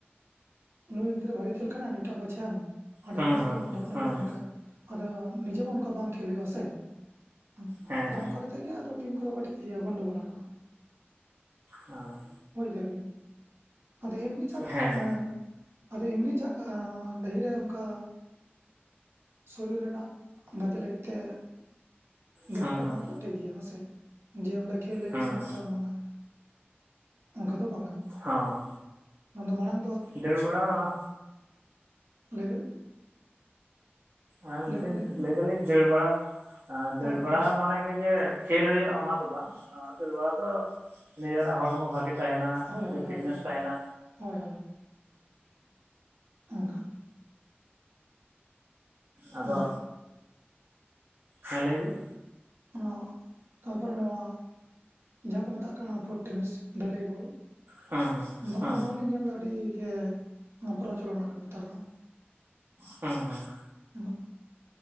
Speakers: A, on the right; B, on the right.
A: ᱱᱩᱭ ᱜᱤᱫᱽᱨᱟᱹ ᱵᱷᱟᱜᱮ ᱠᱷᱮᱹᱞ ᱠᱟᱱᱟ ᱱᱩᱭᱴᱟᱜ ᱵᱟᱪᱷᱟᱣ ᱮᱢ ᱦᱟᱸᱰᱮ
B: ᱦᱮᱸ
A: ᱠᱷᱚᱱ ᱟᱜᱩᱭᱮᱢ
B: ᱦᱮᱸ
A: ᱱᱚᱸᱰᱮ ᱚᱱᱮ
B: ᱦᱮᱸ
A: ᱚᱱᱠᱟ ᱟᱫᱚ ᱱᱤᱡᱮ ᱢᱟ ᱚᱱᱠᱟ ᱵᱟᱝ ᱠᱷᱮᱹᱞ ᱦᱩᱭᱩᱜᱼᱟ ᱥᱮ᱾ ᱦᱩᱸ,
B: ᱦᱮᱸ
A: ᱟᱫᱚ ᱚᱱᱠᱟ ᱠᱟᱛᱮᱜ ᱜᱮ ᱟᱫᱚ ᱴᱤᱢ ᱠᱚᱫᱚ ᱠᱟᱹᱴᱤᱡ ᱤᱭᱟᱹ ᱜᱚᱱᱰᱳᱜᱳᱞ ᱟᱠᱟᱱᱟ᱾
B: ᱦᱮᱸ
A: ᱵᱩᱡᱽ ᱫᱟᱹᱵᱤᱱ, ᱟᱫᱚ ᱮᱢᱱᱤ ᱡᱟᱸᱠ
B: ᱦᱮᱸ
A: ᱟᱸ ᱟᱫᱚ ᱮᱢᱱᱤ ᱡᱟᱠ ᱟᱸ ᱰᱟᱹᱦᱤᱨᱮ ᱚᱝᱠᱟ ᱥᱚᱨᱤᱨ ᱨᱮᱱᱟᱜ ᱵᱷᱟᱜᱮ ᱞᱟᱹᱜᱤᱫ ᱛᱮ ᱮᱸ
B: ᱦᱮᱸ
A: ᱫᱟᱹᱲ ᱵᱟᱲᱟ
B: ᱦᱮᱸ
A: ᱚᱱᱟ ᱠᱚᱫᱚ ᱴᱷᱤᱠ ᱜᱮᱭᱟ ᱦᱚᱸ ᱥᱮ᱾ ᱡᱮ ᱚᱸᱰᱮ ᱠᱷᱮᱹᱞ ᱦᱩᱭᱩᱜᱼᱟ
B: ᱦᱮᱸ
A: ᱱᱚᱝᱠᱟ ᱦᱚᱸ ᱵᱟᱝᱟ᱾ ᱚᱝᱠᱟ ᱫᱚ ᱵᱟᱝᱟ,
B: ᱦᱮᱸ
A: ᱟᱫᱚ ᱢᱟᱲᱟᱝ ᱫᱚ
B: ᱫᱟᱹᱲ ᱵᱟᱲᱟᱣ ᱚᱱᱟ
A: ᱞᱟᱹᱭ ᱵᱤᱱ᱾
B: ᱟᱞ ᱞᱟᱹᱭᱫᱟᱹᱧ
A: ᱞᱟᱹᱭᱵᱤᱱ ᱞᱟᱹᱭᱵᱤᱱ
B: ᱞᱟᱹᱭ ᱫᱟᱹᱞᱤᱧ ᱫᱟᱹᱲ ᱵᱟᱲᱟ, ᱟᱸᱻ ᱫᱟᱹᱲ
A: ᱦᱳᱭ ᱦᱳᱭ
B: ᱵᱟᱲᱟ ᱢᱟᱱᱮ ᱜᱮ ᱡᱮ ᱠᱷᱮᱹᱞ ᱦᱩᱭᱩᱜᱼᱟ ᱚᱱᱟ ᱫᱚ ᱵᱟᱝ ᱫᱟᱹᱲ ᱵᱟᱲᱟ ᱫᱚ ᱱᱤᱡᱮᱨᱟᱜ ᱦᱚᱲᱢᱚ ᱵᱷᱟᱜᱮ ᱛᱟᱦᱮᱱᱟ
A: ᱦᱳᱭ
B: ᱟᱹᱰᱤ
A: ᱦᱳᱭ
B: ᱯᱷᱤᱴᱱᱮᱥ
A: ᱦᱳᱭ ᱦᱳᱭ
B: ᱛᱟᱦᱮᱱᱟ᱾
A: ᱦᱳᱭ ᱚᱝᱠᱟ᱾
B: ᱟᱫᱚ,
A: ᱟᱨ
B: ᱦᱮᱸ ᱞᱟᱹᱭ ᱵᱤᱱ᱾
A: ᱟᱫᱚ, ᱛᱟᱯᱚᱨᱮ ᱱᱚᱣᱟ ᱡᱟᱦᱟᱸ ᱠᱚ ᱢᱮᱛᱟᱜ ᱠᱟᱱᱟ ᱯᱷᱩᱴ ᱴᱮᱱᱤᱥ ᱰᱷᱟᱹᱞᱤ ᱵᱚᱞ
B: ᱦᱮᱸ ᱦᱮᱸ
A: ᱟᱫᱚ
B: ᱦᱮᱸ
A: ᱚᱱᱟ ᱦᱚᱞᱤᱧ ᱧᱮᱞᱫᱟ ᱟᱹᱰᱤ ᱜᱮ ᱚᱱᱟ ᱯᱨᱚᱪᱚᱞᱚᱱ ᱟᱠᱟᱱ ᱱᱮᱛᱟᱨ ᱫᱚ᱾
B: ᱦᱮᱸ ᱦᱮᱸ᱾
A: ᱦᱩᱸ, ᱚᱱᱟ